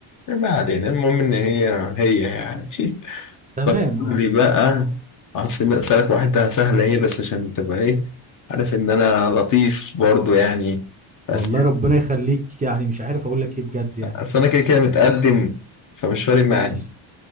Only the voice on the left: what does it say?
ما علينا المهم إن هي هي يعني <laughs>
طيب قول
لي بقى عاصمة أسألك واحدة سهلة ايه بس عشان تبقى ايه عارف إن أنا لطيف برضو يعني بس
أصل أنا كده كده متقدم فمش فارق معايا